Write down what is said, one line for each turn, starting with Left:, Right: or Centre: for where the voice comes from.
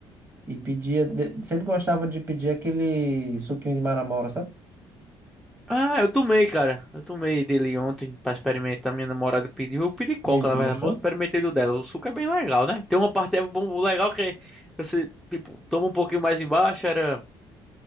Right: E pedia, de- sempre gostava de pedir aquele suquinho de maramora, sabe?
Centre: Ah, eu tomei, cara. Eu tomei dele ontem pra experimentar. Minha namorada pediu. Eu pedi coca,
Right: E aí, tu
Centre: na verdade,
Right: gostou?
Centre: mas eu experimentei do dela. O suco é bem legal, né? Tem uma parte é bom, legal que você, tipo, toma um pouquinho mais embaixo. Era,